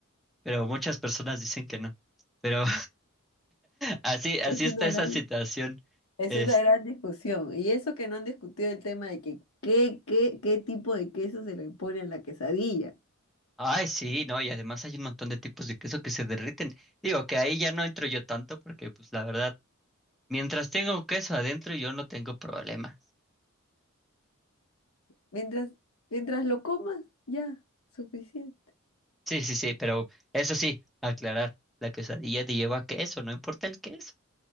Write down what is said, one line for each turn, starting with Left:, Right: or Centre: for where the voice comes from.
Centre: pero muchas personas dicen que no. Pero Así, así
Left: Es una
Centre: está esa
Left: gran
Centre: situación.
Left: Es
Centre: Es,
Left: una gran discusión. Y eso que no han discutido el tema de que qué, qué, qué tipo de queso se le pone a la quesadilla.
Centre: ay, sí, no, y además hay un montón de tipos de queso que se derriten. Digo que ahí ya no entro yo tanto porque, pues, la verdad, mientras tenga un queso adentro, yo no tengo problema.
Left: Mientras, mientras lo comas, ya, suficiente.
Centre: Sí, sí, sí, pero eso sí, aclarar, la quesadilla te lleva queso, no importa el queso.